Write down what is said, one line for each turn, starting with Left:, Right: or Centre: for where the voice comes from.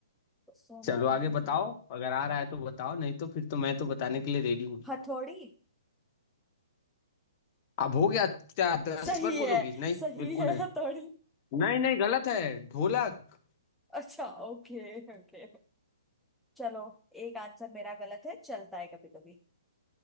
Centre: तो सोना
Left: चलो आगे
Centre: नहीं
Left: बताओ
Centre: है
Left: अगर आ रहा है तो बताओ नहीं तो फिर तो मैं तो बताने
Centre: मतलब
Left: के लिए रेडी हूँ
Centre: हथौड़ी
Left: अब हो गया क्या दस
Centre: सही
Left: बार बोलोगी
Centre: है
Left: नहीं
Centre: सही
Left: बिल्कुल
Centre: है
Left: नहीं
Centre: हथौड़ी
Left: नहीं नहीं गलत है ढोलक
Centre: अच्छा ओके ओके चलो एक आंसर मेरा गलत है चलता है कभी कभी